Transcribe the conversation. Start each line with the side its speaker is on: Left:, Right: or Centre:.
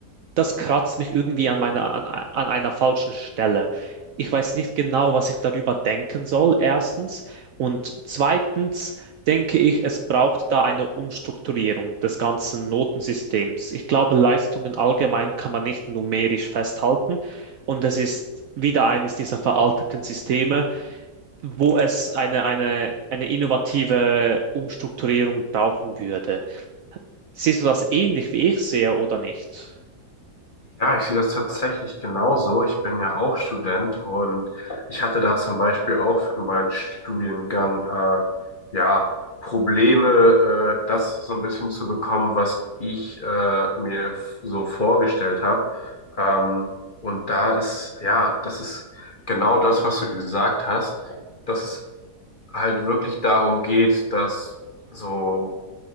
Right: das kratzt mich irgendwie an meiner, an, an einer falschen Stelle. Ich weiß nicht genau, was ich darüber denken soll, erstens. Und zweitens denke ich, es braucht da eine Umstrukturierung des ganzen Notensystems. Ich glaube, Leistungen allgemein kann man nicht numerisch festhalten. Und es ist wieder eines dieser veralteten Systeme, wo es eine, eine, eine innovative Umstrukturierung brauchen würde. Siehst du das ähnlich wie ich sehe oder nicht?
Left: Ja, ich sehe das tatsächlich genauso. Ich bin ja auch Student und ich hatte da zum Beispiel auch für meinen Studiengang äh, ja Probleme, äh, das so ein bisschen zu bekommen, was ich äh, mir f- so vorgestellt habe. Ähm, und da ist, ja, das ist genau das, was du gesagt hast, dass es halt wirklich darum geht, dass so